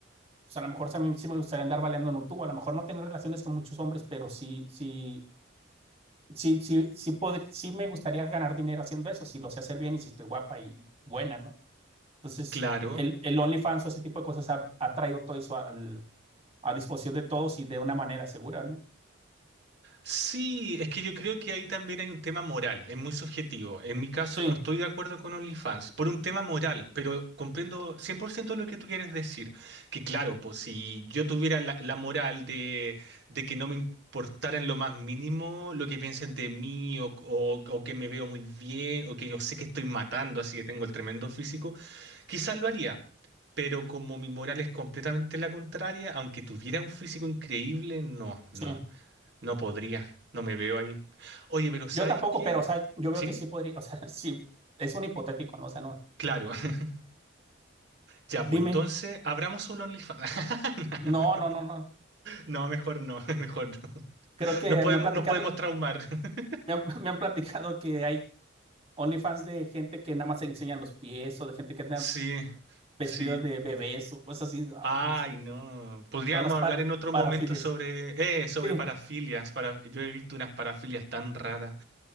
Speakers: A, on the right (about 30°); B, on the right (about 55°).
A: pues a lo mejor sí a mí sí me gustaría andar baleando en un tubo, a lo mejor no tener relaciones con muchos hombres, pero sí, sí, sí, sí, sí, poder- sí me gustaría ganar dinero haciendo eso, si lo sé hacer bien y si estoy guapa y buena, ¿no? Entonces,
B: Claro.
A: el, el OnlyFans o ese tipo de cosas ha, ha traído todo eso al- a disposición de todos y de una manera segura, ¿no?
B: Sí, es que yo creo que ahí también hay un tema moral, es muy subjetivo. En mi caso
A: Sí,
B: no estoy de acuerdo con OnlyFans por un tema moral, pero comprendo 100% lo que tú quieres decir. Que claro, pues si yo tuviera la, la moral de, de que no me importara en lo más mínimo lo que piensen de mí o, o- o que me veo muy bien o que yo sé que estoy matando, así que tengo el tremendo físico, quizás lo haría. Pero como mi moral es completamente la contraria, aunque tuviera un físico increíble, no, no.
A: sí.
B: No podría, no me veo ahí. Oye, pero ¿sabes
A: Yo tampoco,
B: qué?
A: pero, o sea, yo veo
B: ¿Sí?
A: que sí podría, o sea, <laughs> sí, es un hipotético, ¿no? O sea, no.
B: Claro. <laughs> Ya,
A: Dime.
B: pues entonces abramos un OnlyFans. <laughs>
A: No, no, no, no.
B: No, mejor no, <laughs> mejor no.
A: Creo que
B: Nos podemos,
A: me han platicado,
B: nos podemos traumar. <laughs>
A: me han, <laughs> me han platicado que hay OnlyFans de gente que nada más se enseñan los pies o de gente que anda
B: Sí,
A: vestidas
B: sí.
A: de bebés o cosas así, ah,
B: Ay,
A: dices,
B: no. Podríamos
A: todas las pa-
B: hablar en otro
A: parafilias.
B: momento sobre, eh, sobre
A: Sí,
B: parafilias. Para, yo he visto unas parafilias tan raras.